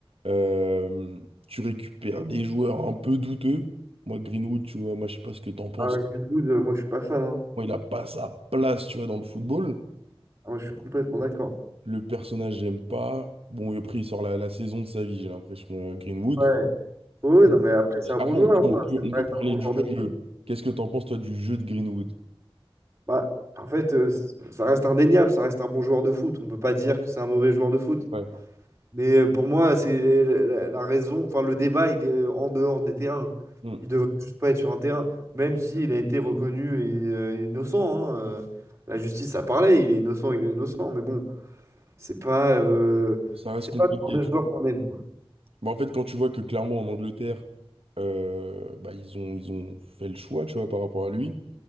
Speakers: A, on the right; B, on the right.
A: Euh, tu récupères des joueurs un peu douteux, moi, Greenwood, tu vois, moi, je sais pas ce que t'en penses.
B: Avec Greenwood, euh, moi, je suis pas fan. hein.
A: Moi, il a pas sa place, tu vois, dans le football.
B: Ah, Moi, je suis complètement d'accord.
A: Le personnage, j'aime pas. Bon, et après, il sort la, la saison de sa vie, j'ai l'impression, euh, Greenwood.
B: Ouais. Oui,
A: Mm.
B: non, mais après, c'est un
A: Après,
B: bon joueur.
A: on peut, on
B: hein.
A: peut,
B: Ça
A: on
B: reste
A: peut parler
B: un bon
A: du
B: joueur de
A: jeu.
B: foot.
A: Qu'est-ce que t'en penses, toi, du jeu de Greenwood?
B: Bah, en fait, euh, c- ça reste indéniable. Ça reste un bon joueur de foot. On peut pas dire que c'est un mauvais joueur de foot.
A: Ouais.
B: Mais euh, pour moi, c'est la, la- la raison. Enfin, le débat, il est en dehors des terrains.
A: Hmm.
B: Il devrait juste pas être sur un terrain, même s'il a été reconnu et, euh, innocent. hein, euh, la justice a parlé, il est innocent, il est innocent. Mais bon, c'est pas, euh,
A: Ça reste
B: c'est
A: compliqué,
B: pas le genre de
A: tu
B: joueur
A: vois.
B: qu'on aime, quoi.
A: Mais en fait, quand tu vois que clairement, en Angleterre, euh, bah, ils ont, ils ont fait le choix, tu vois, par rapport à lui.